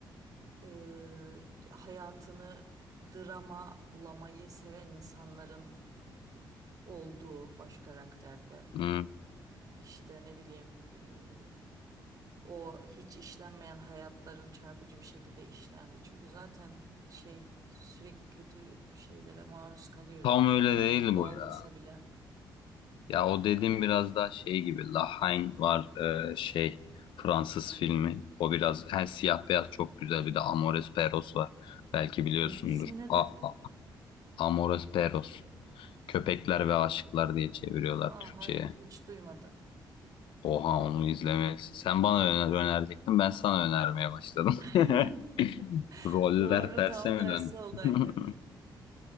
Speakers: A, on the right; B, on the left.
A: Ee, hayatını drama bulamayı seven insanların olduğu baş karakterde.
B: hı.
A: İşte ne bileyim e, o hiç işlenmeyen hayatların çarpıcı bir şekilde işlendiği. Çünkü zaten şey sürekli kötü şeylere maruz kalıyoruz
B: Tam
A: yani
B: öyle
A: kendimizde
B: değil bu
A: olmasa
B: ya.
A: bile.
B: Ya o dediğim biraz daha şey gibi. La Haine var e, şey Fransız filmi. O biraz her siyah beyaz çok güzel. Bir de Amores Perros var. Belki biliyorsundur.
A: İsmi ne
B: A,
A: dedin?
B: A- Amores Perros. Köpekler ve Aşıklar diye çeviriyorlar
A: Aa
B: Türkçe'ye.
A: hayır hiç duymadım.
B: Oha onu izlemelisin. Sen bana öner önerecektin ben sana önermeye başladım.
A: <laughs>
B: <laughs> Roller
A: Doğru
B: terse
A: tam
B: mi
A: tersi
B: döndü?
A: oldu
B: <laughs>
A: hakikaten.